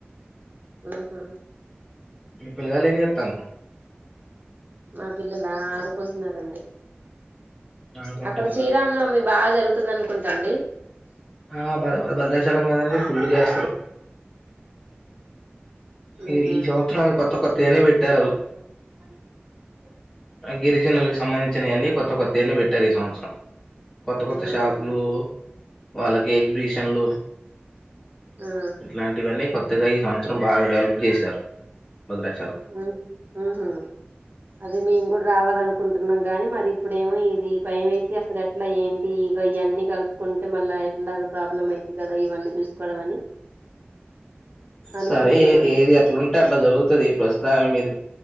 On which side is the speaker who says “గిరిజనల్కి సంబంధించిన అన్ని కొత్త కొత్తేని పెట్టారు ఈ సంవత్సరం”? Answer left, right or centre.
Left